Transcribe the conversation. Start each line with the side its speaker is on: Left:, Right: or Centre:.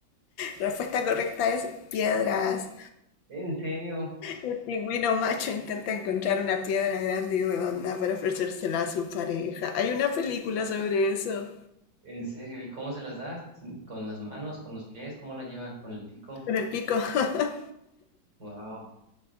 Left: La respuesta correcta es piedras.
Right: ¿En serio?
Left: El pingüino macho intenta encontrar una piedra grande y redonda para ofrecérsela a su pareja. Hay una película sobre eso.
Right: ¿En serio? ¿Y cómo se las das? ¿Con las manos, con los pies? ¿Cómo la llevan? ¿Con el pico?
Left: Con el pico <laughs>
Right: Wow,